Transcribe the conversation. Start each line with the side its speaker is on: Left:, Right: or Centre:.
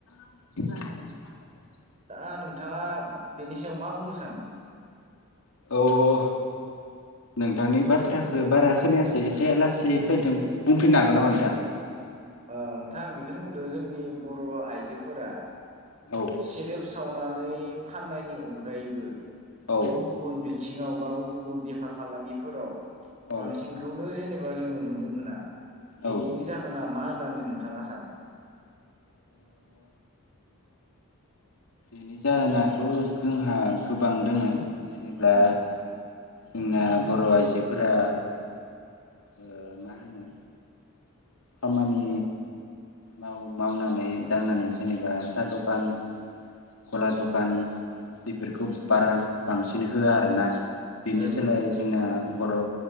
Left: <inaudible>
Right: दा नोंथांङा बेनि सायाव मा बुंनो सानो?
Left: औ औ, नोंथांनि बाथ्राखौ बारा खोनायासै एसे लासै फैदों, बुंफिननो हागोन नामा नोंथांङा?
Right: ओ नोंथां आं बेखौनो बुंदों जोंनि बर' आइजोफोरा
Left: औ।
Right: सेरेब सावनानै फाननायनि अनगायैबो
Left: औ
Right: गुबुन गुबुन बि थिंङाव बा गुबुन गुबुन बेफार फालांगिफोराव
Left: औ
Right: बांसिनखौनो जेनोबा जोंङो नुनो मोना। बिनि
Left: औ ओ
Right: जाहोना मा होननानै नोंथांङा सानो?
Left: बेनि जाहोनाथ' जोंहा गोबां दोंङो जेनोब्ला
Right: उम
Left: जोंना बर' आइजोफोरा ओ मा होनो खामानि
Right: उ
Left: माव मावनानै दांनानै जेनोबा साहा दखान गला दखान बेफोरखौ
Right: उम
Left: बारा बांसिन नो होआ आरो ना बेनि
Right: औ
Left: सोलाय
Right: औ
Left: जोंना बर'